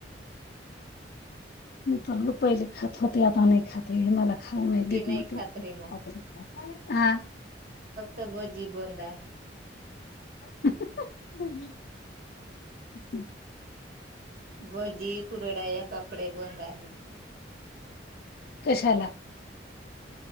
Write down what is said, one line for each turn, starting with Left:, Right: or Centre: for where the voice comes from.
Right: <unintelligible>
Left: पहिले खात होते. आता नाही खात <unintelligible> खाऊ नाही
Right: हे
Left: देत म ते.
Right: खात रीमा.
Left: हा.
Right: त भजी बंद आहे.
Left: <inaudible>
Right: भजी कुरडया पापडे बंद आहे.
Left: कशाला?